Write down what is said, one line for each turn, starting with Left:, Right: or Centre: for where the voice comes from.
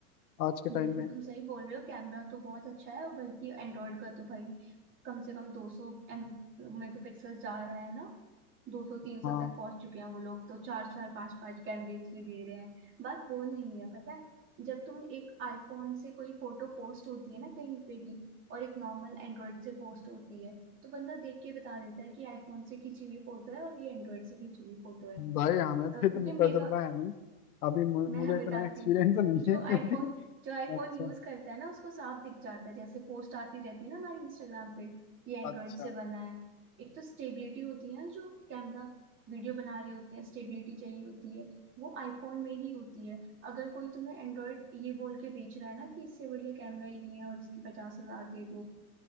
Left: आज के टाइम
Right: बिल्कुल
Left: में
Right: तुम सही बोल रहे हो कैमरा तो बहुत अच्छा है और बल्कि एंड्रॉइड का तो भाई कम से कम 200 एम मेगापिक्सल जा रहा है ना 200 300
Left: हाँ
Right: तक पहुंच चुके हैं वो लोग तो चार चार पांच पांच कैमरेज भी दे रहे हैं बात वो नहीं है पता है जब तुम एक आईफोन से कोई फोटो पोस्ट होती है ना कहीं पे भी और एक नॉर्मल एंड्रॉइड से पोस्ट होती है तो बंदा देख के बता देता है कि आईफोन से खींची हुई फोटो है और ये एंड्रॉइड से खींची हुई फोटो है
Left: भाई हमें
Right: अ,
Left: तो इतना
Right: क्योंकि मेगा
Left: तजुर्बा है नहीं अभी मु-
Right: मैं
Left: मुझे
Right: बताती
Left: इतना एक्सपीरियंस
Right: हूँ
Left: नहीं
Right: जो
Left: है क्योंकि
Right: आईफोन
Left: <laughs>
Right: जो आईफोन
Left: अच्छा
Right: यूज करता है ना उसको साफ दिख जाता है जैसे पोस्ट आती रहती है ना हमारे इंस्टाग्राम पे ये एंड्रॉइड
Left: अच्छा
Right: से बना है एक तो स्टेबिलिटी होती है ना जो कैमरा वीडियो बना रहे होते हैं स्टेबिलिटी चाहिए होती है वो आईफोन में ही होती है अगर कोई तुम्हें एंड्रॉइड ये बोल के बेच रहा है ना कि इससे बढ़िया कैमरा ही नहीं है और इसकी पचास हजार दे दो